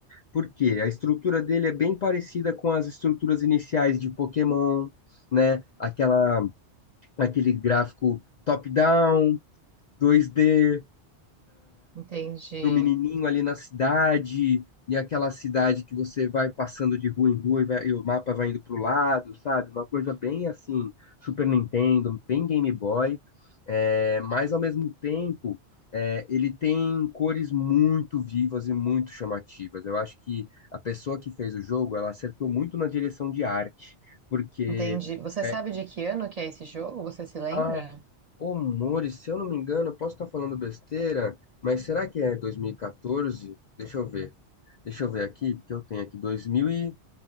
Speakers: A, on the left (about 55°); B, on the right (about 45°).
A: Por quê? A estrutura dele é bem parecida com as estruturas iniciais de Pokémon, né? Aquela, aquele gráfico top-down, 2D,
B: entendi.
A: do menininho ali na cidade, e aquela cidade que você vai passando de rua em rua e, vai- e o mapa vai indo pro lado, sabe? Uma coisa bem assim, Super Nintendo, bem Game Boy, é, mas ao mesmo tempo. é, ele tem cores muito vivas e muito chamativas. Eu acho que a pessoa que fez o jogo, ela acertou muito na direção de arte, porque
B: Entendi. Você
A: é,
B: sabe de que ano que é esse jogo? Você se lembra?
A: ah, Ô, Mori, se eu não me engano, eu posso estar falando besteira, mas será que é 2014? Deixa eu ver. Deixa eu ver aqui, porque eu tenho aqui 2000 e...